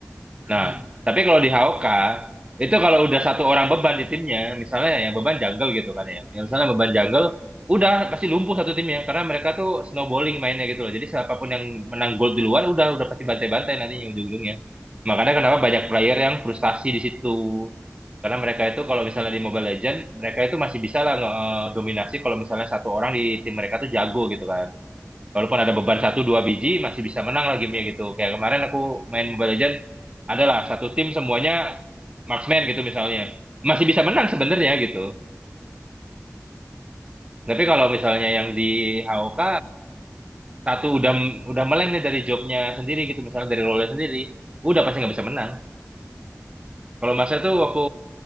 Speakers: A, on the right; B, on the right.
A: hmm.
B: Nah, tapi kalau di HOK itu kalau udah satu orang beban di timnya, misalnya yang beban jungle gitu kan ya. Yang misalnya beban jungle udah pasti lumpuh satu timnya karena mereka tuh snowballing mainnya gitu loh. Jadi siapapun yang menang gol duluan udah udah pasti bantai-bantai nantinya ujung-ujungnya. Makanya kenapa banyak player yang frustasi di situ. Karena mereka
A: Hmm,
B: itu kalau misalnya di Mobile Legends, mereka itu masih bisa lah nge- eh, dominasi kalau misalnya satu orang di tim mereka tuh jago gitu kan walaupun ada
A: hmm.
B: beban satu dua biji masih bisa menang lah gamenya gitu kayak kemarin aku main Mobile Legends adalah satu tim semuanya marksman gitu misalnya masih bisa menang sebenarnya gitu tapi kalau misalnya yang di HOK satu udah udah meleng nih dari jobnya sendiri gitu misalnya dari role sendiri udah pasti nggak bisa menang kalau masnya itu waktu